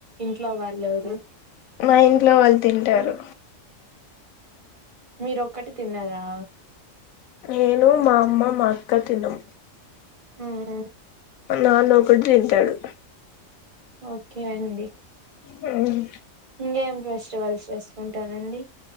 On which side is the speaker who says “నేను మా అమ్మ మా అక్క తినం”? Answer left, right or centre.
Left